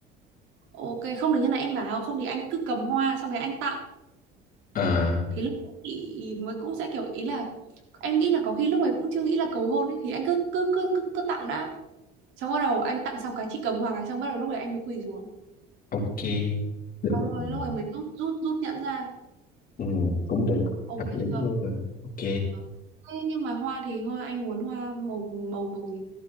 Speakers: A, on the right; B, on the left.
A: ok không được như này em bảo không thì anh cứ cầm hoa xong cái anh tặng
B: à
A: thì lúc ấy chị mới cũng sẽ kiểu ý là em nghĩ là có khi lúc ấy cũng chưa nghĩ là cầu hôn ấy thì anh cứ cứ cứ cứ, cứ tặng đã xong bắt đầu anh tặng xong cái chị cầm hoa cái xong bắt đầu lúc ấy anh mới quỳ xuống
B: ok được
A: xong rồi
B: ừ,
A: lúc ấy mới rút rút rút nhẫn ra
B: Ừ, cũng được
A: ok
B: hợp lý
A: chưa
B: luôn ok
A: Được. Thế nhưng mà hoa thì hoa anh muốn hoa màu màu màu gì